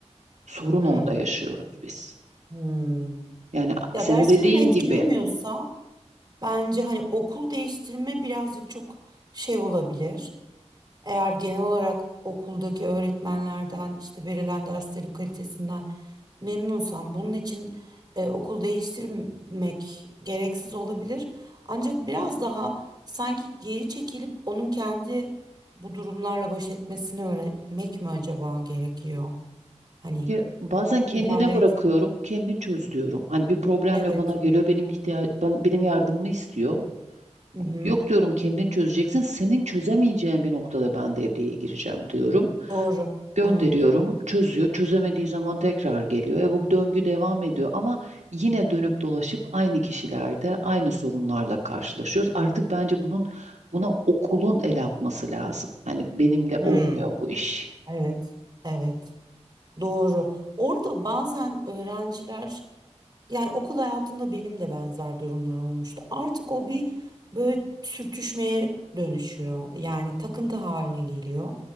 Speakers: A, on the right; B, on the right.
A: Sorun
B: Hmm,
A: orada yaşıyoruz biz.
B: hmm.
A: Yani a-
B: Ya
A: senin
B: derslerini
A: dediğin
B: etkilemiyorsa
A: gibi
B: bence hani okul değiştirme birazcık çok şey olabilir. Eğer genel olarak okuldaki öğretmenlerden işte verilen derslerin kalitesinden memnunsan bunun için e, okul değiştirmek gereksiz olabilir. Ancak biraz daha sanki geri çekilip onun kendi bu durumlarla baş etmesini öğretmek mi acaba gerekiyor? Hani
A: ki bazen
B: çok
A: kendine
B: müdahale
A: bırakıyorum,
B: etme.
A: kendin çöz diyorum. Hani bir problemle
B: Evet.
A: bana geliyor, benim ihtiyaç, ben, benim yardımımı istiyor.
B: Hı hı.
A: Yok diyorum kendin çözeceksin, senin çözemeyeceğin bir noktada ben devreye gireceğim diyorum.
B: Doğru.
A: Gönderiyorum,
B: Evet.
A: çözüyor. Çözemediği zaman tekrar geliyor. E bu döngü devam ediyor ama yine dönüp dolaşıp aynı kişilerde aynı sorunlarla karşılaşıyoruz. Artık bence bunun buna okulun el atması lazım. Hani benimle
B: Hmm.
A: olmuyor bu iş.
B: Evet. Evet. Doğru. Orada bazen öğrenciler Yani okul hayatında benim de benzer durumlar olmuştu. Artık o bir böyle sürtüşmeye dönüşüyor. Yani takıntı haline geliyor.